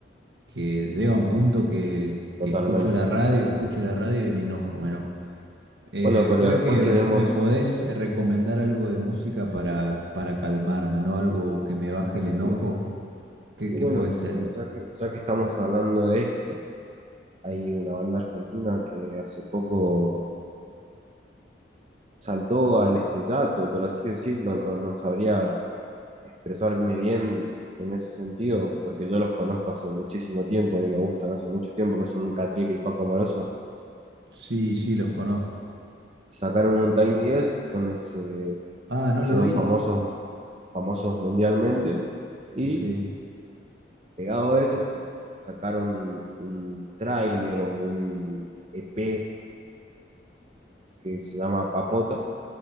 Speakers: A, on the right; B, on the right.
A: que llega un punto que,
B: Totalmente.
A: que escucho la radio, escucho la radio y me enojo, me enojo. Eh,
B: Bueno, pero
A: creo
B: después
A: que
B: tenemos,
A: me podés
B: o-
A: recomendar algo de música para, para calmarme, ¿no? Algo que me baje el enojo.
B: sí,
A: ¿Qué,
B: y
A: qué
B: bueno,
A: puede ser?
B: eh, ya que, ya que estamos hablando de esto, hay una banda argentina que hace poco saltó al estrellato, por así decirlo, no, no sabría expresarme bien en ese sentido, porque yo los conozco hace muchísimo tiempo y me gustan hace mucho tiempo, que son Catril y Paco Amoroso.
A: Sí, sí, los conozco.
B: Sacaron un Tiny Desk donde se
A: Ah, no
B: hicieron
A: lo vi.
B: famosos, famosos mundialmente y
A: Sí,
B: pegado a eso, sacaron un tráiler o un EP que se llama Papota,